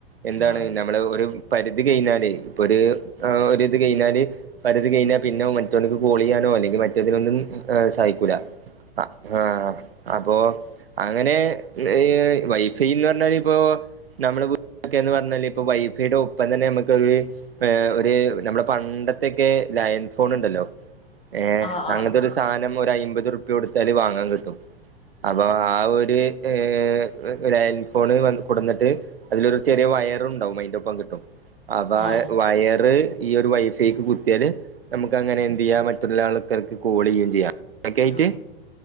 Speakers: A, on the right; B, on the left.
A: എന്താണ്
B: ആഹ്
A: നമ്മള് ഒരു പരിധി കഴിഞ്ഞാല് ഇപ്പൊ ഒരു ഒ ഒരിത് കഴിഞ്ഞാല് പരുതി കഴിഞ്ഞാൽ പിന്നെ മറ്റുവർക്ക് കോള് ചെയ്യാനോ അല്ലെങ്കിൽ മറ്റതിനൊന്നും ഏ സഹിക്കൂല ആഹ് ആ അപ്പോ അങ്ങനെ ഈ വൈഫ- ഫെയ്ന്ന് പറഞ്ഞാൽ ഇപ്പോ നമ്മുടെ വീട്ട് <inaudible> പറഞ്ഞാല് ഇപ്പോ വൈഫയുടെ ഒപ്പം തന്നെ നമ്മുക്കൊ- ഏഹ് ഒരു നമ്മുടെ പണ്ടത്തൊക്കെ ലൈൻ ഫോൺ ഉണ്ടല്ലോ ഏഹ്
B: ആഹ് ആഹ്
A: അങ്ങനത്തൊരു സാധനം ഒരു അയ്മ്പത് റുപ്യാ കൊടുത്താല് വാങ്ങാൻ കിട്ടും അപ്പൊ ആ ഒരു ഏഹ് ലൈൻഫോൺ വന്ന കൊടന്നിട്ട് അതിലൊരു ചെറിയ വയറ് ഉണ്ടാവും അതിൻ്റെ ഒപ്പം കിട്ടും അതായ്
B: ആഹ്
A: വയറ് ഈ ഒരു വൈഫൈക്ക് കുത്തിയാല് നമുക്ക് അങ്ങനെ എന്ത് ചെയ്യാ മറ്റുള്ള- ആൾ ർക്ക് കോളിയേ ചെയ്യാം അക്കായിട്ട്
B: ആഹ്